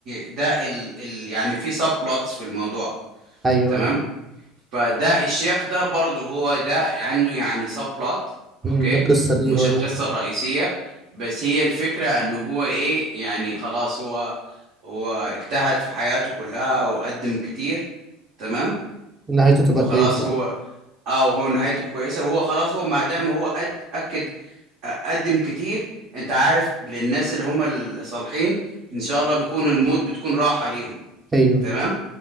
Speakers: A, on the right; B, on the right.
A: ده ال ال يعني في سب بلوتس في الموضوع
B: ايوه
A: تمام
B: ايوه
A: فده الشيخ ده برضو هو ده عنده يعني سب بلوت
B: مم.
A: اوكي
B: ده القصة دي
A: مش
B: هو اللي-
A: القصة الرئيسية بس هي الفكرة ان هو ايه يعني خلاص هو هو اجتهد في حياته كلها وقدم كتير تمام
B: نهايته تبقى
A: وخلاص
B: كويسة بقى.
A: هو اه وهو نهايته كويسه وهو خلاص هو ما دام هو قد اكد آه، قدم كتير انت عارف للناس اللي هم الصالحين ان شاء الله بيكون الموت بتكون راحه ليهم
B: ايوه
A: تمام